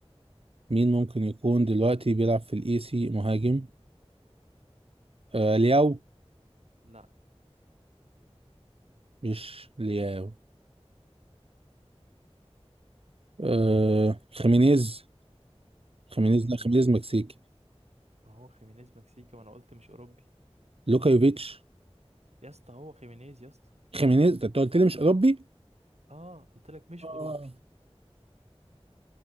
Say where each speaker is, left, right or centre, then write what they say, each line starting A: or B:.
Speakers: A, on the right (about 60°); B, on the right (about 85°).
A: مين ممكن يكون دلوقتي بيلعب في الاي سي مهاجم آه لياو
B: لا
A: مش لياو آه خيمينيز خيمينيز
B: خيمينيز
A: لا خيمينيز مكسيكي
B: ما هو خيمينيز مكسيكي وأنا قلت مش أوروبي
A: لوكا يوفيتش
B: يا اسطى هو خيمينيز يا اسطى
A: خيمينيز ده انت قلت لي مش اوروبي
B: اه قلت لك مش
A: اه
B: اوروبي